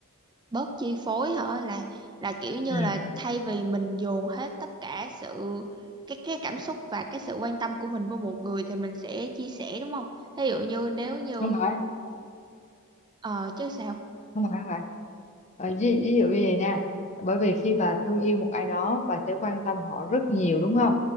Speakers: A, on the right (about 20°); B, on the left (about 30°).
A: bớt chi phối hả là là kiểu như
B: ừ
A: là thay vì mình dồn hết tất cả sự cái cái cảm xúc và cái sự quan tâm của mình với một người thì mình sẽ chia sẻ đúng không? Ví dụ như nếu như
B: Không phải,
A: ờ chứ sao
B: không phải không phải Ờ, ví, ví dụ như vậy nha bởi vì khi bà thương yêu một ai đó bà sẽ quan tâm họ rất nhiều đúng không